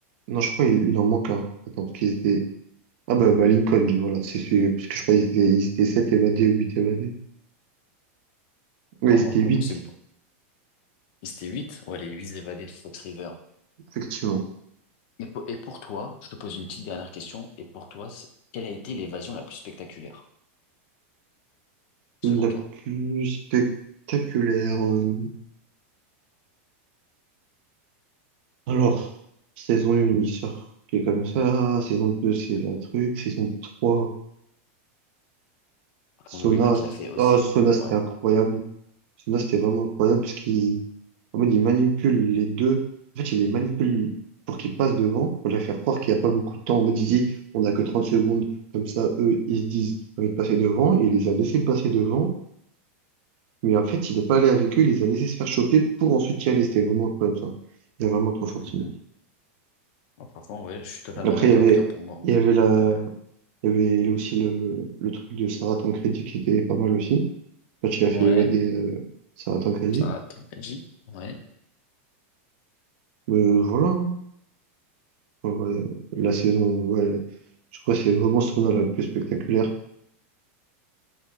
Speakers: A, on the right; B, on the left.
A: Non, je crois il, il en manque un. Attends, parce qu'ils étaient. Ah bah, bah Lincoln, voilà, c'est celui, parce que je crois qu'ils étaient, ils étaient sept évadés ou huit évadés. Ouais,
B: Non,
A: ils
B: moi,
A: étaient
B: je trouve
A: huit
B: que c'est bon. Et C'était 8. Ouais, les 8 évadés de Fox River.
A: effectivement.
B: Et pour, et pour toi, je te pose une petite dernière question. Et pour toi, c'est- quelle a été l'évasion la plus spectaculaire, selon
A: La
B: toi?
A: plus spectaculaire. euh, Alors, saison un il sort, qui est comme ça. Saison 2 c'est la truc. Saison 3 Sona.
B: On n'oublie pas qu'il a fait aussi.
A: Ah, Sona, c'était
B: euh, Ouais.
A: incroyable. Celui-là, c'était vraiment incroyable parce qu'il, en mode, il manipule les deux. En fait, il les manipule pour qu'ils passent devant, pour les faire croire qu'il n'y a pas beaucoup de temps. En mode, il dit, on n'a que 30 secondes. Comme ça, eux, ils se disent, j'ai envie de passer devant. Et il les a laissés passer devant. Mais en fait, il n'est pas allé avec eux. Il les a laissés se faire choper pour ensuite y aller. C'était vraiment incroyable, ça. Il est vraiment trop fort,
B: Mhm.
A: ce mec.
B: bon franchement, ouais, je suis totalement
A: Après,
B: d'accord
A: il y avait,
B: avec toi pour moi.
A: il y avait la,
B: Ouais, ouais.
A: il y avait aussi le, le truc de Sarah Tancredi qui était pas mal aussi. Quand il a fait
B: Ouais,
A: évader, euh, Sarah Tancredi.
B: ça t'as dit. Ouais.
A: Mais voilà. hein. En vrai, la saison, ouais, je crois que c'est vraiment Sona la plus spectaculaire.